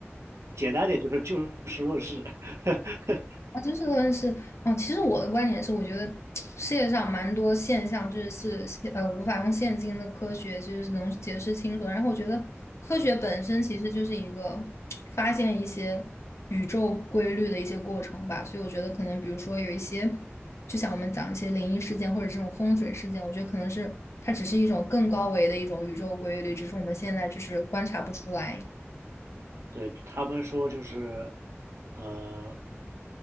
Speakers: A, on the right; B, on the left.
A: 简单点就是就事论事，<laughs>
B: 啊，就是论人是，嗯，其实我的观点是，我觉得 <tsk> 世界上蛮多现象就是是呃无法用现今的科学就是能解释清楚的。然后我觉得科学本身其实就是一个 <tsk> 发现一些宇宙规律的一些过程吧。所以我觉得可能比如说有一些，就像我们讲一些灵异事件或者这种风水事件，我觉得可能是它只是一种更高维的一种宇宙规律，只是我们现在就是观察不出来。
A: 对他们说就是，呃，